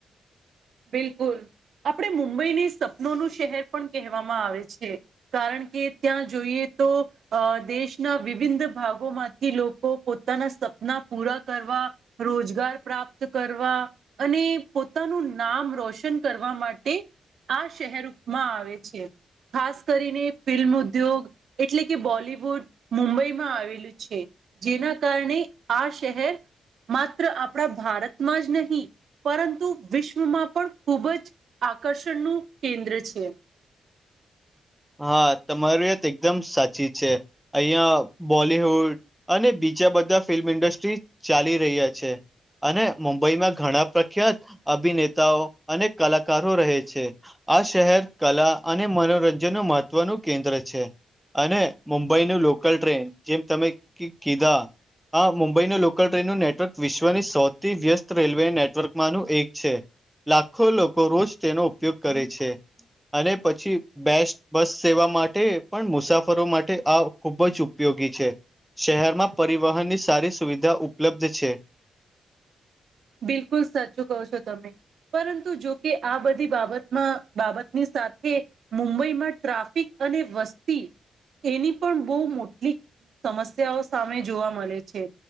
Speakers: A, on the right (about 65°); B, in the centre.
A: બિલકુલ આપણે મુંબઈની સપનોનું શહેર પણ કહેવામાં આવે છે. કારણ કે ત્યાં જોઈએ તો અ દેશના વિવિનધ ભાગોમાંથી લોકો પોતાના સપના પૂરા કરવા રોજગાર પ્રાપ્ત કરવા અને પોતાનું નામ રોશન કરવા માટે આ શહેરમાં આવે છે. ખાસ કરીને ફિલ્મ ઉદ્યોગ એટલે કે બોલિવુડ મુંબઈમાં આવેલું છે. જેના કારણે આ શેહેર માત્ર આપણા ભારતમાં જ નહીં પરંતુ વિશ્ શ્વમાં પણ ખુબ જ આકર્ષણનું કેન્દ્ર છે.
B: હા તમારી વાત એકદમ સાચી છે, અહિયાં બોલીહુડ અને બીજા બધા ફિલ્મ ઇન્ડસ્ટ્રી ચાલી રહ્યા છે. અને મુંબઈમાં ઘણા પ્રખ્યાત અભિનેતાઓ અને કલાકારો રહે છે. આ શહેર કલા અને મનોરંજન નું મહત્વનું કેન્દ્ર છે. અને મુંબઈ નું લોકલ ટ્રેન જેમ તમે કી કીધા હા મુંબઈનું લોકલ ટ્રેનનું નેટવર્ક વિશ્વની સૌથી વ્યસ્ત રેલવે નેટવર્કમાંનું એક છે. લાખો લોકો રોજ તેનો ઉપયોગ કરે છે અને પછી બેસ્ બસ સેવા માટે પણ મુસાફરો માટે આ ખુબ જ ઉપયોગી છે. શહેરમાં પરિવહનની સારી સુવિધા ઉપલબ્ધ છે.
A: બિલકુલ સાચું કહો છો તમે. પરંતુ જોકે આ બધી બાબતમાં બાબતની સાથે મુંબઈમાં ટ્રાફિક અને વસ્તી એની પણ બહુ મોટલી સમસ્યાઓ સામે જોવા મળે છે,